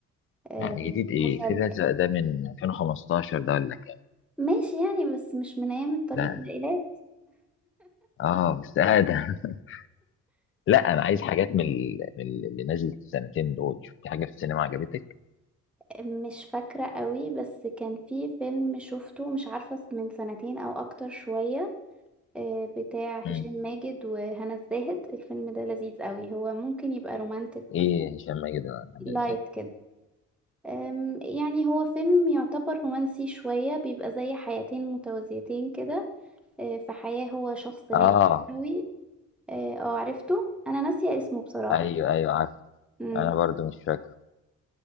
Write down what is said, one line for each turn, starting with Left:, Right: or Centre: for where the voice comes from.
Centre: آه،
Left: لا جديد ايه
Centre: مسلي
Left: فريلانسر ده من 2015 ده ولا كده
Centre: ماشي يعني بس مش من ايام الطريق
Left: ده
Centre: الى
Left: اه بس آه ده <laughs> لا انا عايز حاجات من ال- من ال- اللي نزلت السنتين دول شفت حاجه في السينما عجبتك
Centre: مش فاكرة قوي بس كان في فيلم شفته مش عارفة من سنتين او اكتر شوية آه، بتاع هشام
Left: مم.
Centre: ماجد وهنا الزاهد الفيلم ده لذيذ قوي هو ممكن يبقى رومانتك
Left: ايه هشام ماجد ولا عامله
Centre: لايت
Left: ازاي
Centre: كده أم، يعني هو فيلم يعتبر رومانسي شوية بيبقى زي حياتين متوازيتين كده آه، في حياة هو شخص ناجح
Left: اه
Centre: قوي اه آه، عرفته انا ناسية اسمه بصراحة
Left: ايوه ايوه عارف
Centre: امم
Left: انا برضو مش فاكر